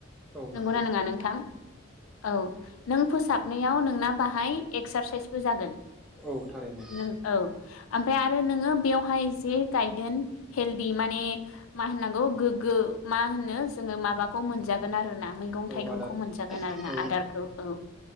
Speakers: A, in the centre; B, on the left.
A: औ
B: नंगौना
A: नंगौ
B: नोङा नोंथां? औ नों फोसाब नायाव नोंना बाहाय एक्सारसाइसबो जागोन
A: औ थारैनो
B: नों औ। ओमफ्राय आरो नोङो बेयावहाय जे गायगोन हेल्दि माने मा होननांगौ गोगो मा होनो जोङो माबाखौ मोनजागोन आरोना। मैगं
A: औ
B: थाइगंखौ
A: आदार
B: मोनजागोन आरोना
A: औ
B: आदारखौ औ।